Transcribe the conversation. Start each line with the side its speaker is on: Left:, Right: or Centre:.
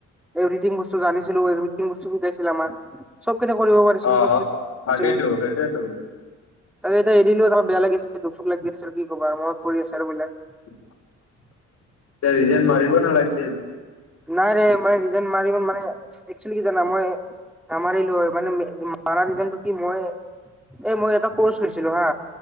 Centre: এভৰিটিং বস্তু জানিছিলো এৰিটিং বস্তু শিকাইছিল আমাৰ চব। চবকতে কৰিব পিছিলো
Left: অ
Centre: চব জিবছিল।
Left: তাকেইতো
Centre: তাকতে
Left: সেইটোয়েতো
Centre: এতি এৰিো তলমান বেয়া লাগিছে দুখ লাগিছে কি কব মনত পৰি আছে আৰু বিলাক।
Left: ত জন মাৰিব না লাগিছে।
Centre: নাই ৰৰে মে ৰিজাইন মাৰ ম মানে। একচলি কি জানা মই নামাৰিলো হয় মানে মাৰা যেটো কি মই। <unintelligible> এ মই এটা কৰ্চ লৈছিলো হা।